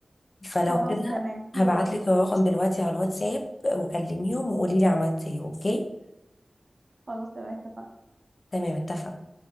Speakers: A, on the left; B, on the right.
A: فلو
B: خلاص
A: كده
B: تمام حلو
A: هبعتلك
B: أوي.
A: الرقم دلوقتي على الواتساب وكلميهم وقوليلي عملت ايه اوكي
B: خلاص تمام اتفقنا
A: تمام اتفقنا